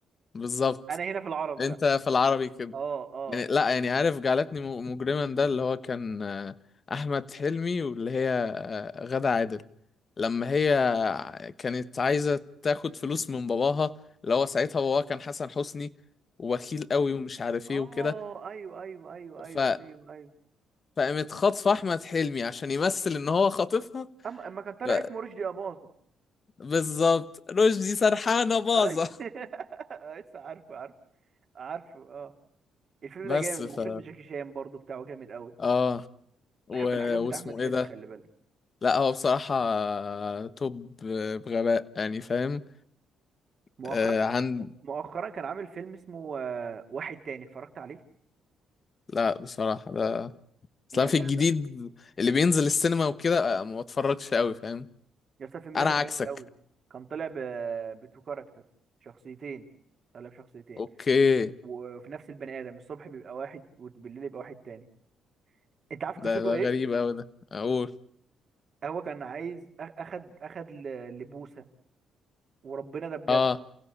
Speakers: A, on the left; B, on the right.
A: بالظبط
B: انا هنا في العربي
A: انت
B: بقى
A: في العربي كده
B: اه اه
A: يعني لا
B: ب-
A: يعني عارف جعلتني م- مجرما ده اللي هو كان آه، احمد حلمي واللي هي آه، غادة عادل لما هي كانت عايزه تاخد فلوس من باباها اللي هو ساعتها باباها كان حسن حسني وبخيل قوي ومش عارف
B: اه
A: ايه وكده
B: ايوه ايوه ايوه
A: ف...
B: ايوه ايوه ايوه
A: فقامت خاطفه احمد حلمي عشان يمثل ان هو خاطفها
B: اما اما كان طالع
A: ف...
B: اسمه رشدي اباظة
A: بالظبط رشدي سرحانه باظه
B: أي- <laughs> لسه عارفه عارفه عارفه اه الفيلم
A: <laughs> بس
B: ده جامد
A: ف
B: وفيلم جاكي شان برضو بتاعه جامد قوي
A: اه و...
B: بحب الحاجات بتاع
A: واسمه
B: احمد حلمي
A: ايه ده
B: خلي بالك
A: لا هو بصراحة توب بغباء يعني فاهم
B: مؤخرا
A: آه عن
B: مؤخرا كان عامل فيلم اسمه آه، واحد تاني اتفرجت عليه
A: لا بصراحة ده
B: يا
A: اصلا في
B: جدع
A: الجديد اللي بينزل السينما وكده آه، ما بتفرجش قوي فاهم
B: يا اسطى الفيلم
A: انا
B: ده كان
A: عكسك
B: جامد قوي كان طالع ب بتو كاركتر شخصيتين طالع بشخصيتين
A: اوكي
B: وفي نفس البني ادم الصبح بيبقى واحد وبالليل يبقى واحد تاني انت عارف قصته
A: ده ده
B: ايه
A: غريب قوي ده اقول
B: هو كان عايز أخ- اخد اخد ل- لبوسه وربنا ده بجد
A: اه